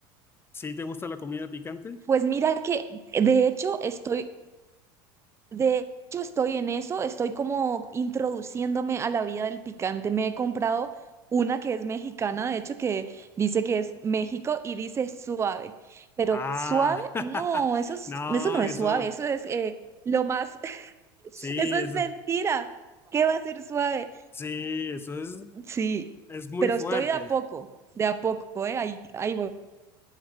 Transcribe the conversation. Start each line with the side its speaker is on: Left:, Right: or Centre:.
Left: ¿Sí te gusta la comida picante?
Right: Pues mira que de hecho estoy De hecho, estoy en eso, estoy como introduciéndome a la vida del picante. Me he comprado una que es mexicana, de hecho, que dice que es México y dice suave. Pero
Left: Ah,
Right: suave,
Left: <laughs>
Right: no, eso es-
Left: no,
Right: eso no es
Left: eso,
Right: suave, eso es eh, lo más, <laughs>
Left: sí,
Right: eso es
Left: eso,
Right: mentira. ¿Qué va a ser suave?
Left: sí, eso es,
Right: Sí,
Left: es muy
Right: pero
Left: fuerte.
Right: estoy de a poco, de a poco, ¿eh? Ahí, ahí voy.